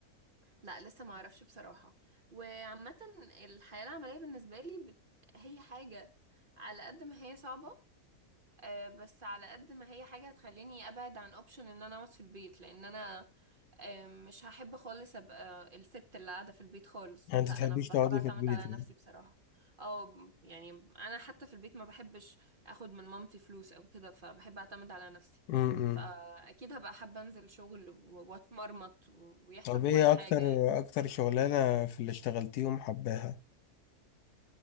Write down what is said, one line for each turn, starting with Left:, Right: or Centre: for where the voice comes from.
Right: لا لسه ما اعرفش بصراحة وعامة الحياة العملية بالنسبة لي بت... هي حاجة على قد ما هي صعبة آه، بس على قد ما هي حاجة هتخليني ابعد عن اوبشن ان انا اقعد في البيت لان انا آه، مش هحب خالص ابقى الست اللي قاعدة في البيت خالص
Left: يعني انت
Right: لا
Left: تحبيش
Right: انا بحب
Left: تقعدي
Right: اعتمد
Left: في البيت
Right: على
Left: يعني
Right: نفسي بصراحة او يعني انا حتى في البيت ما بحبش اخد من مامتي فلوس او كده فبحب اعتمد على نفسي
Left: امم
Right: فاكيد هبقى حابة انزل شغل و- واتمرمط و- ويحصل
Left: طب
Right: كل
Left: ايه
Right: حاجة
Left: اكتر اكتر شغلانة في اللي اشتغلتيهم حباها